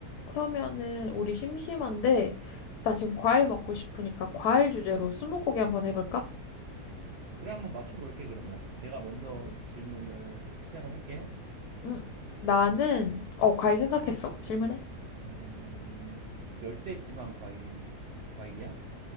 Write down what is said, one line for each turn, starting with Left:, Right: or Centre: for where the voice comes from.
Left: 그러면은 우리 심심한데 나 지금 과일 먹고 싶으니까 과일 주제로 스무고개 한번 해볼까?
Right: 그래, 한번 맞춰볼게, 그러면. 내가 먼저
Left: 음.
Right: 질문을 시작을 할게.
Left: 응. 나는 어 과일 생각했어. 질문해.
Right: 음, 열대지방 과일이, 과일이야?